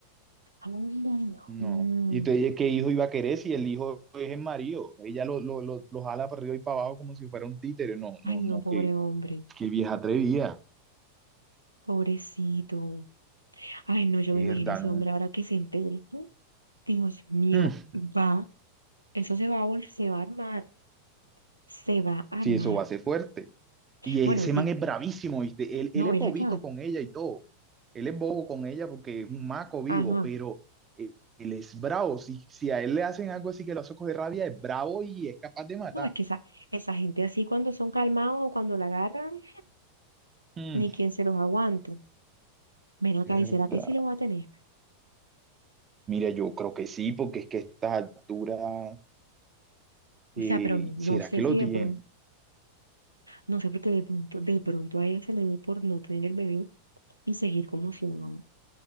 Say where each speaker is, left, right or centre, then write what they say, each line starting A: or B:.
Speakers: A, on the right; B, on the right.
A: Ay, ay, Juan.
B: No. Y te dije qué hijo iba a querer si el hijo es el marido. Ella lo, lo, lo, lo jala para arriba y para abajo como si fuera un títere. No,
A: Ay,
B: no,
A: no,
B: no,
A: pobre
B: qué,
A: hombre,
B: qué vieja atrevida.
A: pobrecito. Ay, no, yo
B: Mierda,
A: me imagino ese
B: no.
A: hombre ahora que se entere. ¿eh? Dios mío,
B: Mm,
A: va, eso se va a vol- se va a armar, se va a
B: Sí,
A: armar.
B: eso va a ser fuerte. Y
A: Bueno,
B: ese
A: di,
B: man es bravísimo, ¿viste? Él,
A: no,
B: él es
A: ven
B: bobito
A: acá.
B: con ella y todo. Él es bobo con ella porque es un maco vivo,
A: Ajá.
B: pero él, él es bravo. Si, si a él le hacen algo así que lo hace coger rabia, es bravo y es capaz de matar.
A: No, es que esa, esa gente así cuando son calmados o cuando la agarran,
B: Mm,
A: ni quien se los aguante. Ven acá,
B: Mierda.
A: ¿y será que sí lo va a tener?
B: Mira, yo creo que sí, porque es que a estas alturas,
A: O
B: eh,
A: sea, pero no, no
B: ¿será
A: sé
B: que
A: si
B: lo tiene?
A: de pronto No sé por qué de pronto, de pronto a ella se le dio por no tener el bebé y seguir como si nada.